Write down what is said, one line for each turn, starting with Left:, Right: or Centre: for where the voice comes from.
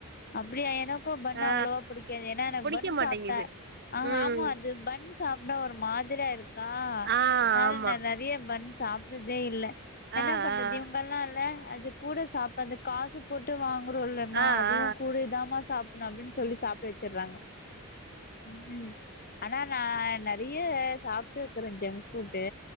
Left: அப்டியா எனக்கூ பண்
Right: ஆ
Left: அவ்வளவா புடிக்காது ஏன்னா எனக்கு
Right: புடிக்க
Left: பண்
Right: மாட்டேங்குது
Left: சாப்ட்ட ஆமா
Right: ம்
Left: ஆமா அது பண் சாப்டா ஒரு மாதிரியா இருக்கா
Right: ஆ
Left: அதனால
Right: ஆமா
Left: நா நெறைய பண் சாப்புடுறதே இல்ல
Right: ஆ
Left: என்ன பண்றது
Right: ஆ
Left: இவங்கல்லா இல்ல அது கூட சாப்பதுக் காசு போட்டு வாங்கறோலம்மா
Right: ஆ
Left: அதுவு
Right: ஆ
Left: இதாமா சாப்புணு அப்டின் சொல்லி சாப்ட வச்சிறாங்க ம் ஆனா நா நறைய சாப்ட்டுருக்றே ஜங்க் ஃபுட்டு